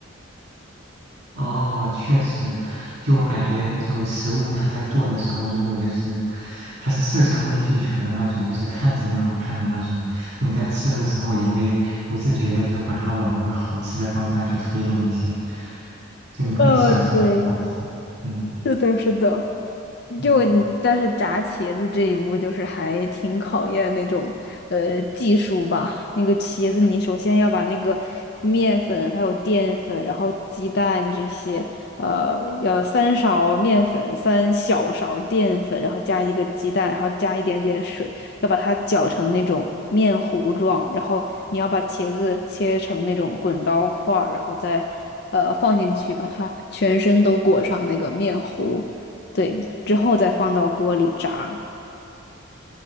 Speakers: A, on the right; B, on the left.
A: 哦，确实，就我感觉，就食物它在做的时候，如果就是它是色香味俱全的那种，就是看着也好看的那种，就你在吃的时候也会不自觉的就把它往那个好吃的方向去推动一些，就你会想象它是好吃的嗯
B: 呃，对，是的，是的。
A: 嗯，
B: 就你，但是炸茄子这一步就是还挺考验那种呃技术吧。那个茄子，你首先要把那个面粉、还有淀粉，然后鸡蛋这些，呃，要三勺面粉、三小勺淀粉，然后加一个鸡蛋，然后加一点点水，要把它搅成那种面糊状。然后你要把茄子切成那种滚刀块儿，然后再呃放进去，把它全身都裹上那个面糊。对，之后再放到锅里炸。